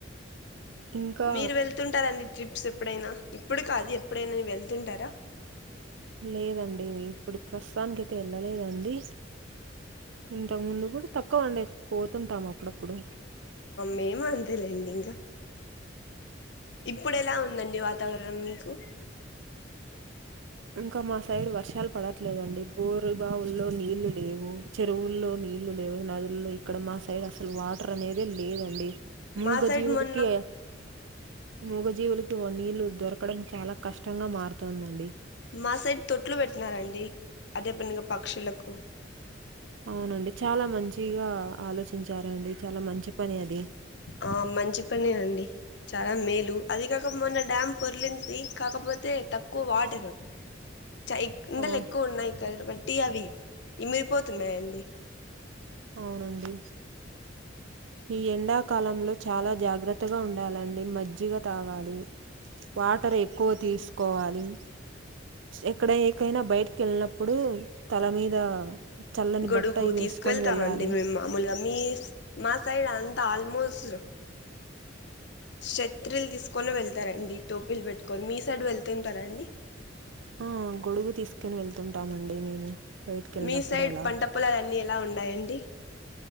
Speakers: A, on the right; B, on the left.
A: ఇంకా
B: మీరు వెళ్తుంటార అండ్ ట్రిప్స్ ఎప్పుడైనా ఇప్పుడు కాదు ఎప్పుడైనా వెళ్తుంటారా
A: లేదండి ఇప్పుడు ప్రస్తుతానికి అయితె వెళ్ళలేదండి ఇంతకు ముందు కూడ తక్కువ అండి పోతుంటాం అప్పుడప్పుడు
B: మేము అంతేలేండి ఇంకా ఇప్పుడు ఎలా ఉందండి వాతావరణం మీకు
A: ఇంకా మా సైడ్ వర్షాలు పడట్లేదండి బోర్ రు బావుల్లో నీళ్లు లేవు చెరువుల్లో నీళ్లు లేవు నదుల్లో ఇక్కడ మా సైడ్ అసలు వాటర్ అనేదే లేదండి మూగ
B: మా సైడ్
A: జీవులకి
B: మొన్న
A: మూగజీవులకి నీళ్లు దొరకడం చాలా కష్టంగా మారుతుంది తోందండి
B: మా సైడ్ తొట్లు పెట్టినారండి అదే పనిగా పక్షులకు
A: అవునండి చాలా మంచిగ ఆలోచించారండి చాలా మంచి పని అది
B: ఆ మంచి పని అండి చాలా మేలు అది కాక మొన్న డ్యామ్ పొర్లింది కాకపోతే తక్కువ వాటరు చ ఎక్ ఎండలు
A: ఆ!
B: ఎక్కువ ఉన్నాయి <inaudible> బట్టి అవి ఇమిరిపోతున్నాయండి.
A: అవునండి ఈ ఎండాకాలంలో చాలా జాగ్రత్తగా ఉండాలండి మజ్జిగ తాగాలి వాటర్ ఎక్కువ తీసుకోవాలి. ఎక్కడ ఏకైనా బయటకి వెళ్ళినప్పుడు తల మీద చల్లని
B: గొడుగు
A: బట్ట అయి వేసుకొని
B: తీసుకు వెళ్తామండి
A: వెళ్ళాలి.
B: మేము మామూలుగా మీ మా సైడ్ అం త ఆల్మోస్ట్ క్షత్రిలు తీసుకొని వెళ్తారండి టోపీలు పెట్టుకొని మీ సైడ్ వెళ్తుంటారా అండి
A: ఆ గొడుగు తీసుకని వెళ్తుంటామండి మేము బయటికెళ్ళినప్పుడు
B: మీ సైడ్
A: అలా.
B: పంట పొలాలన్నీ ఎలా ఉన్నాయండి